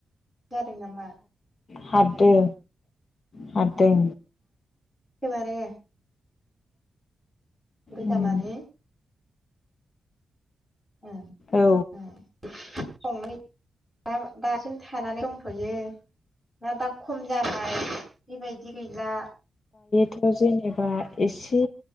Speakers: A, in the centre; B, on the left.
A: जादों नामा
B: हाबदों हाबदों
A: <unintelligible> बुरजामानि
B: उम
A: ओ
B: औ
A: ओ <unintelligible> दा दासिम थानानै दंथयो ना दा खम जाबाय बेबायदि गैला
B: थ जेनेबा एसे